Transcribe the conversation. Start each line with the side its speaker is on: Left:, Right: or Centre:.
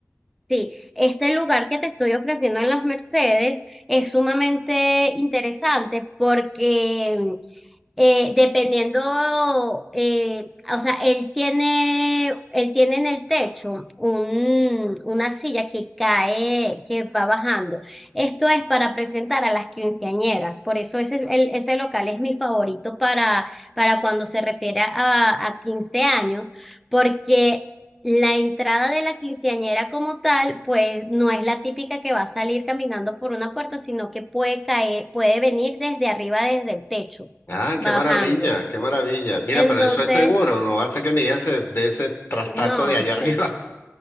Centre: Sí, este lugar que te estoy ofreciendo en Las Mercedes es sumamente interesante porque eh, dependiendo, eh, o sea, él tiene, él tiene en el techo un, una silla que cae, que va bajando. Esto es para presentar a las quinceañeras, por eso ese, es el- ese local es mi favorito para, para cuando se refiere a, a 15 años, porque... La entrada de la quinceañera como tal, pues no es la típica que va a salir caminando por una puerta, sino que puede caer, puede venir desde arriba, desde el techo
Left: Ah, qué
Centre: bajando.
Left: maravilla, qué maravilla. Mira,
Centre: Entonces,
Left: pero eso es seguro, no hace que mi hija se dé ese trastazo
Centre: no,
Left: de allá <laughs> arriba.